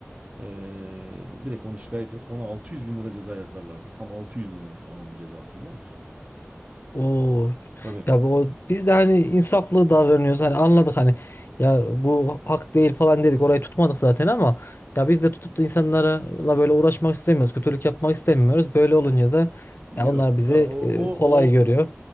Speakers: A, on the right; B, on the left.
A: Ee, direkt onu şikayet et. Ona 600 bin lira ceza yazarlardı. Tam 600 bin lira şu an onun cezası biliyor musun?
B: O
A: Tabii.
B: ya bu o, biz de hani insaflı davranıyoruz hani anladık hani ya bu hak değil falan dedik orayı tutmadık zaten ama ya biz de tutup da insanlarla böyle uğraşmak istemiyoruz kötülük yapmak istemiyoruz böyle olunca da
A: Yok.
B: ya onlar bizi
A: Ya, o, o,
B: e, kolay
A: o,
B: görüyor.